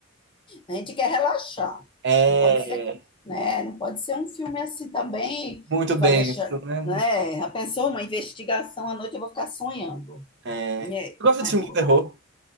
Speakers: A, on the left; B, on the right.
A: A gente quer relaxar.
B: É,
A: Não pode ser, né? Não pode ser um filme assim também
B: muito
A: que
B: denso,
A: vai deixar,
B: né?
A: né? Já pensou uma investigação à noite eu vou ficar sonhando.
B: É.
A: Né?
B: Tu gosta
A: Mas
B: de filme
A: não,
B: de terror?
A: dá.